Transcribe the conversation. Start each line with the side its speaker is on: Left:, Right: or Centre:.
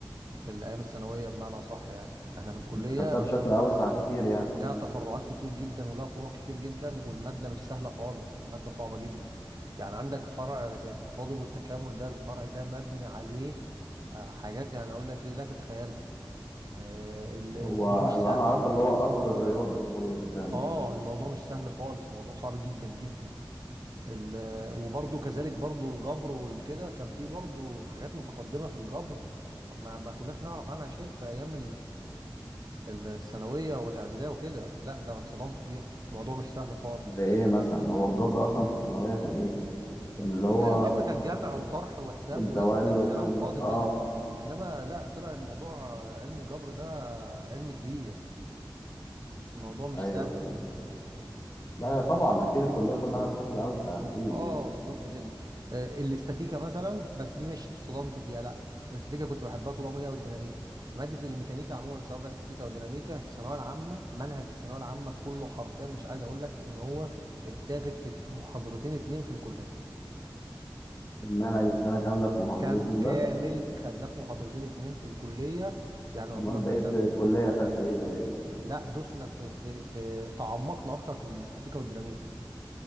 Right: في الايام الثانويه بمعنى صح يعني احنا في الكليه
Left: أنت خدتها بشكل
Right: ف-
Left: أوسع كتير يعني
Right: لها تفرعات كتير جدا ولها فروع كتير جدا والماده مش سهله خالص الماده صعبه جدا يعني عندك فرع زي التفاضل والتكامل ده الفرع ده مبني عليه آه، حاجات يعني اقول لك ايه لا تتخيلها آه، ال- الموضوع
Left: هو
Right: مش
Left: اللي
Right: سهل
Left: أنا أعرفه اللي هو أصل الرياضة في علوم التكامل
Right: اه
Left: ده
Right: الموضوع مش سهل خالص الموضوع صعب جدا جدا ال- وبرضه كذلك برضه الجبر والكده كان فيه برضه حاجات متقدمه في الجبر ما ما كناش نعرف عنها شيء في ايام الثانويه والاعداديه وكده لا ده انا اتصدمت فيها الموضوع مش سهل خالص
Left: اللي إيه مثلا هو الجبر أصلا في الثانوية كان إيه؟ كان اللي هو
Right: لا الجبر كان جمع وطرح وحساب
Left: الدوائر
Right: واسم كان
Left: والكلام
Right: كلام فاضي
Left: ده اه
Right: كده انما لا طلع الموضوع آه، علم الجبر ده آه، علم كبير الموضوع مش
Left: ايوه
Right: سهل
Left: تمام لا يا طبعا اكيد الكليه كلها بشكل اوسع اكيد
Right: اه
Left: يعني
Right: بالظبط كده آه، الاستاتيكا مثلا بس دي مش اتصدمت فيها لا الاستاتيكا كنت بحبها طول عمري هي والديناميكا مادة الميكانيكا عموما سواء بقى استاتيكا او ديناميكا في الثانوية العامة منهج الثانوية العامة كله حرفيا مش عايز اقول لك ان هو اتاخد في محاضرتين اتنين في الكلية
Left: المنهج السنه كامله في محاضرتين
Right: كام كامل
Left: بس
Right: خدناه في محاضرتين اتنين في الكلية يعني يعتبر
Left: امال بقيت
Right: كان درس
Left: الكليه اخدت ايه طيب
Right: لا دوسنا في في في تعمقنا اكتر في الاستاتيكا والديناميك